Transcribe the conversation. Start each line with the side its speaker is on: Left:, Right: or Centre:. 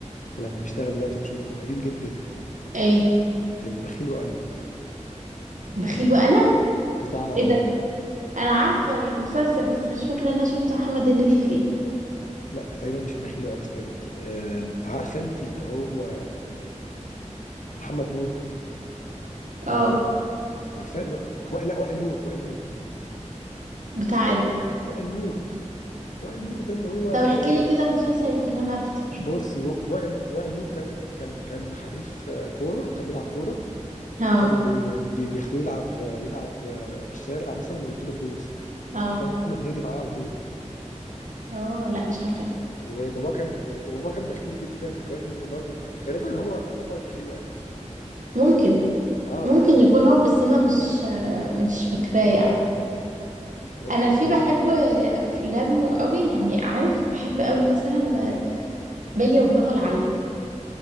Left: ولما بشتغل دلوقتي بشوفه قديم جدا
Right: اي
Left: البخيل وانا
Right: بخيل وانا
Left: بتاع
Right: ايه ده انا عارفه المسلسل بس مش فاكره ان انا شفت محمد هنيدي فيه
Left: لا تقريبا مش البخيل وانا استني آه، عارفه انت اللي هو محمد نور اللي
Right: اه
Left: هو عارفاه لا وائل- لا، وائل نور وائل نور
Right: بتاع ايه
Left: وائل نور وائل نور ده اللي هو
Right: طب
Left: ال-
Right: احكي لي كده مسلسل يمكن انا افتكره
Left: بصي وائل وائل نور كان كان كان حريف آه، كوره وكان بيلعب كوره
Right: اه
Left: وكان بي- بي- بياخدوه يلعب يلعب في الشارع مثلا ويديله فلوس
Right: اه
Left: وكان محمد هنيدي معاه على طول
Right: اه لا مش عارفه
Left: وبابا كان وبابا كان بخيل جدا وكان برضو غالبا هو هو البخيل وانا
Right: ممكن
Left: اه
Right: ممكن
Left: غالبا
Right: يكون هو بس انا مش
Left: اه
Right: آه، مش فاكراه يعني
Left: غ-
Right: انا في
Left: غالبا
Right: بحب افلامه قوي يعني عارف بحب قوي مثلا آه، بلية ودماغه العاليه